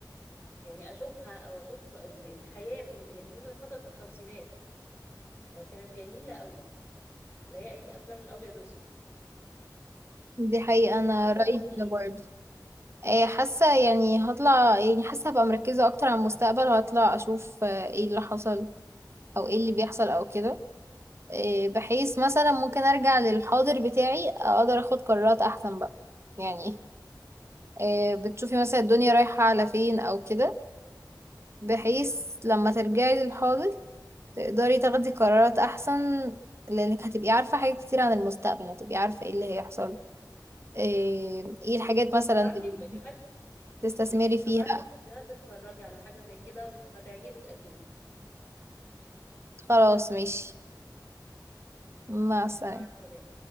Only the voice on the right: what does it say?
دي حقيقة انا
رأيي
كده برضه آه حاسة يعني هطلع يعني حاسة هبقى مركزة اكتر على المستقبل هطلع اشوف آه ايه اللي حصل او ايه اللي بيحصل او كده آه بحيث مثلا ممكن ارجع للحاضر بتاعي اقدر اخد قرارات احسن بقى يعني آه، بتشوفي مثلا الدنيا رايحة على فين أو كده بحيث لما ترجعي للحاضر تقدري تاخدي قرارات أحسن لأنك هتبقي عارفة حاجات كتير عن المستقبل هتبقي عارفة ايه اللي هيحصل آه، ايه الحاجات مثلا
اللي
تستثمري فيها
خلاص ماشي مع السلامة